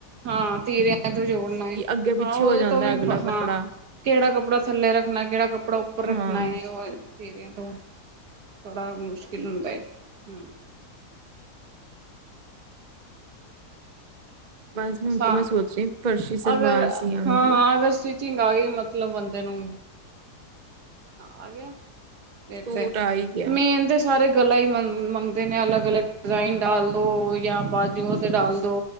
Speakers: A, on the right; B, on the right.
A: ਹਾਂ ਤੀਰਿਆਂ ਤੋਂ ਜੋੜਨਾ ਹੈ
B: ਅੱਗੇ ਪਿੱਛੇ
A: ਹਾਂ ਉਹਦੇ
B: ਹੋ ਜਾਂਦਾ
A: ਤੋਂ ਵੀ
B: ਅਗਲਾ ਕੱਪੜਾ
A: ਹਾਂ ਕਿਹੜਾ ਕੱਪੜਾ ਥੱਲੇ ਰੱਖਣਾ ਕਿਹੜਾ ਕੱਪੜਾ ਉੱਪਰ ਰੱਖਣਾ
B: ਹਾਂ
A: ਹੈ ਉਹ ਤੀਰਿਆਂ ਤੋਂ ਬੜਾ ਮੁਸ਼ਕਿਲ ਹੁੰਦਾ ਹੈਏ ਹਮ
B: ਬਸ ਹੁਣ
A: ਛਾਂ
B: ਤੇ ਮੈਂ ਸੋਚ ਰਹੀ ਫਰਸ਼ੀ ਸਲਵਾਰ
A: ਅਗਰ
B: ਸੀਆਂਗੀ
A: ਹਾਂ ਅਗਰ ਸਟਿਚਿੰਗ ਆ ਗਈ ਮਤਲਬ ਬੰਦੇ ਨੂੰ ਆ ਗਿਆ ਫ
B: ਸੂਟ
A: ਤੇ
B: ਆ ਹੀ ਗਿਆ
A: ਮੇਨ ਤੇ ਸਾਰੇ ਗਲਾ ਹੀ ਮੰ ਮੰਗਦੇ ਨੇ ਅਲਗ ਅਲਗ ਡਿਜ਼ਾਇਨ ਡਾਲ ਦੋ ਜਾਂਾ ਬਾਜੂਆਂ ਤੇ ਡਾਲ ਦੋ